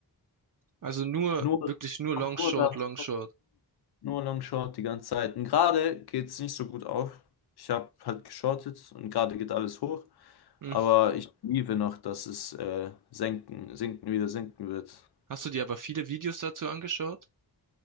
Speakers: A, on the right; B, on the left.
A: Also nur,
B: Nur,
A: wirklich nur Long
B: ach,
A: Short,
B: nur das,
A: Long Short.
B: nur Long Short die ganze Zeit. Und gerade geht es nicht so gut auf. Ich habe halt geschortet und gerade geht alles hoch.
A: Hm.
B: Aber ich liebe noch, dass es äh, senken, sinken wieder sinken wird.
A: Hast du dir aber viele Videos dazu angeschaut?